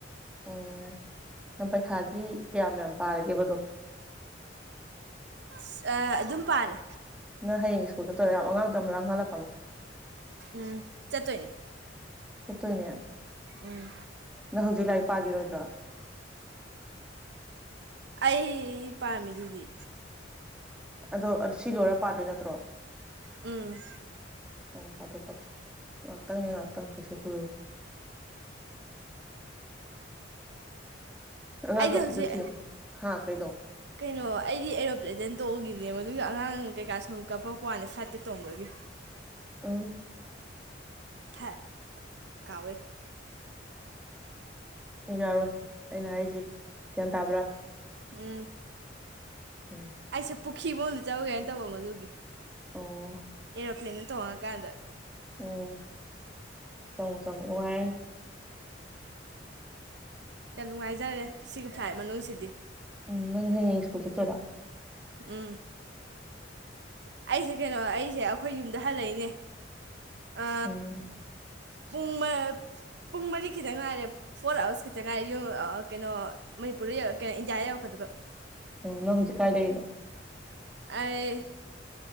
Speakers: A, in the centre; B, on the right.
A: ꯑꯣ ꯅꯪ ꯄꯩꯈꯥꯒꯤ ꯀꯌꯥꯝ ꯌꯥꯝ ꯄꯥꯔꯒꯦꯕ ꯑꯗꯣ
B: ꯑꯁ ꯑ ꯑꯗꯨꯝ ꯄꯥꯔꯦ
A: ꯅꯪ ꯍꯌꯦꯡ ꯏꯁꯀꯨꯜꯗ ꯆꯠꯇꫭꯏꯔ ꯑꯉꯥꯡꯗꯨ ꯌꯥꯝ ꯂꯥꯡꯍꯜꯂꯛꯀꯅꯣ
B: ꯎꯝ ꯆꯠꯇꫭꯏꯅꯤ
A: ꯆꯠꯇꯣꯏꯅꯦ
B: ꯎꯝ
A: ꯅꯪ ꯍꯧꯖꯤꯛ ꯂꯥꯏꯔꯤꯛ ꯄꯥꯈꯤꯔꯣꯏꯗ꯭ꯔꯣ
B: ꯑꯩ ꯄꯥꯝꯃꯤꯗꯨꯗꯤ
A: ꯑꯗꯣ ꯁꯤ ꯂꯣꯏꯔ ꯄꯥꯗꯣꯏ ꯅꯠꯇ꯭ꯔꯣ
B: ꯎꯝ
A: ꯎꯝ ꯄꯥꯠꯊꫭꯛ ꯄꯥꯠꯊꫭꯛ ꯉꯥꯏꯍꯥꯛꯇꯪꯅꯦ ꯉꯥꯏꯍꯥꯛꯇꯪ ꯀꯩꯁꯨ ꯀꯨꯏꯔꯨ ꯑꯉꯥꯡ
B: ꯑꯩꯗꯤ
A: ꯀꯞꯄꯤꯗꯨ
B: ꯍꯧꯖꯤꯛ
A: ꯊꯦꯝꯃꯨ ꯍꯥ ꯀꯩꯅꯣ
B: ꯀꯩꯅꯣ ꯑꯩꯗꯤ ꯑꯦꯔꯣꯄ꯭ꯂꯦꯟꯗ ꯇꯣꯡꯉꯒꯤꯅꯦ ꯃꯗꯨꯒꯤ ꯑꯉꯥꯡ ꯀꯩꯀꯥ ꯁꯨꯝ ꯀꯞꯄꯛꯄ ꯋꯥꯅꯦ ꯐ꯭ꯂꯥꯏꯠꯇ ꯇꯣꯡꯕꯒꯤ
A: ꯎꯝ
B: ꯍꯦ <unintelligible> ꯀꯥꯎꯋꯦ
A: ꯌꯥꯔꯣꯏ ꯑꯩꯅ ꯍꯥꯏꯔꯤꯁ‌ꯦ ꯒ꯭ꯌꯥꯟ ꯇꯥꯕ꯭ꯔꯥ
B: ꯎꯝ
A: ꯎꯝ
B: ꯑꯩꯁꯦ ꯄꯨꯈ꯭ꯔꯤꯕ ꯑꯝꯗ ꯆꯧꯕꯨꯒꯦꯥꯏꯅ <unintelligible> ꯇꯧꯕ ꯃꯗꯨꯒꯤ
A: ꯑꯣ
B: ꯑꯦꯔꯣꯄ꯭ꯂꯦꯟꯗ ꯇꯣꯡꯉꯀꯥꯟꯗ
A: ꯎꯝ ꯆꯪꯉꯣ ꯆꯪꯉꯣ ꯅꯨꯡꯉꯥꯏꯔꯅꯤ
B: ꯌꯥꯝ ꯅꯨꯡꯉꯥꯏꯖꯥꯠꯅꯤ ꯁꯤꯒꯤ ꯐ꯭ꯂꯥꯏꯠ ꯃꯅꯨꯡꯁꯤꯗꯤ
A: ꯎꯝ ꯅꯪ ꯍꯌꯦꯡ ꯁ꯭ꯀꯨꯜ ꯆꯠꯇꯣꯏꯔꯥ
B: ꯎꯝ ꯑꯩꯁꯦ ꯀꯩꯅꯣ ꯑꯩꯁꯦ ꯑꯩꯈꯣꯏ ꯌꯨꯝꯗ ꯍꯜꯂꯛꯏꯅꯦ ꯑ
A: ꯎꯝ
B: ꯄꯨꯡ ꯃꯥ ꯄꯨꯡ ꯃꯔꯤ ꯈꯤꯇꯪ ꯉꯥꯏꯔꯦ ꯐꯣꯔ ꯑꯥꯋꯥꯔꯁ ꯈꯤꯇꯪ ꯉꯥꯏ ꯌꯨꯝ ꯀꯩꯅꯣ ꯃꯅꯤꯄꯨꯔꯗ ꯀꯣ ꯏꯟꯗꯤꯌꯥꯗ ꯌꯧꯔꯛꯀꯗꯕ
A: ꯑꯣ ꯅꯪ ꯍꯧꯖꯤꯛ ꯀꯥꯏ ꯂꯩꯔꯤꯅꯣ
B: ꯑꯩ